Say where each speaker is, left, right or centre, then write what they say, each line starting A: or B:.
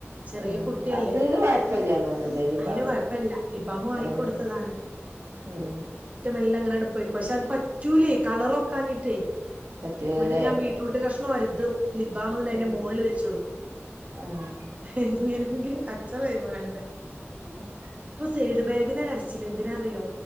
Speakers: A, on the right; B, on the right.
A: ചെറിയ
B: ആഹ്
A: കുട്ടിയല്ലേ
B: അതിന് കൊഴപ്പില്ലാന്ന് തോന്നുന്നുണ്ട് നിബാമിന്
A: അയിന് കൊഴപ്പില്ല ലിപ് ബാമ് വാങ്ങിക്കൊടുത്തതാണ്
B: ആഹ് ഉം
A: മെല്ല അങ്ങനണ്ട് പോയിപക്ഷെ അത് പറ്റൂലേ കളറൊക്കാഞ്ഞിട്ടേ
B: പറ്റൂലല്ലേ
A: എന്നിട്ട് ഞാൻ ബീറ്റ്റൂട്ട് കഷ്ണം ഒരതും ലിപ്ഭാമ് അതിന്റെ
B: ഉം
A: മോളിൽ തേച്ചൊടുക്കും
B: ആഹ്
A: എങ്ങനെങ്കിലും കച്ചറ ഒയിവാവണ്ടേ
B: ഉം
A: ഇപ്പൊ സൈഡ് ബാഗിനാ കരച്ചില് എന്തിനാ അറിയോ